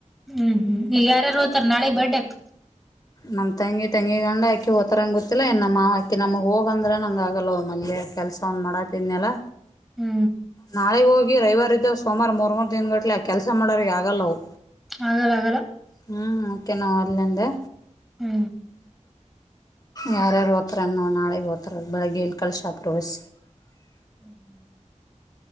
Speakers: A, in the centre; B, on the left.
A: ಹೂ ಹು ಈಗ ಯಾರ ಯಾರ ಹೊತ್ತರೆ ನಾಳಿಗ ಬರಡೇಗ <inaudible>
B: ನಮ್ಮ ತಂಗಿ ಗಂಡ ಅಕಿ ಹೋತಾರಂಗ ಗೊತ್ತಿಲ್ಲ ಇನ್ನ ನಮ್ಮ ಮಾವ ಅತ್ತಿ ನಮಗ ಹೋಗ ಅಂದರ್ ನಂಗ ಆಗಲ್ಲ ನಮ್ಮದೇ ಕೆಲಸ ಅವನ ಮಾಡಾತ್ತಿದಿನ್ನೆಲ್ಲ.
A: ಹೂ
B: ನಾಳೆಗೆ ಹೋಗಿ ರವಿವಾರ ಇದೆವ ಸೋಮವಾರ ಮೂರು ಮೂರು ದಿನ ಗಂಟಲ್ಲೇ ಆ ಕೆಲಸ ಮಾಡೋರಿಗೆ ಆಗಲ್ಲ ಅವು,
A: ಆಗಲ್ಲ ಆಗಲ್ಲ
B: ಹೂ ಓಕೆ ನಾವ ಒಲೆ ಅಂದೆ.
A: ಹೂ
B: ಯಾರ್ಯಾರ ಹೊತ್ತರ ಅನ್ನ ನೋಡ ನಾಳೆಗ ಬರ್ತಾರ ಅವರ ಬೆಳಿಗ್ಗೆ ಇಲ್ಲಿ ಕೆಲಸ ಆಗತ್ತದ <inaudible>
A: ಹ್ಮ್ ಹ್ಮ್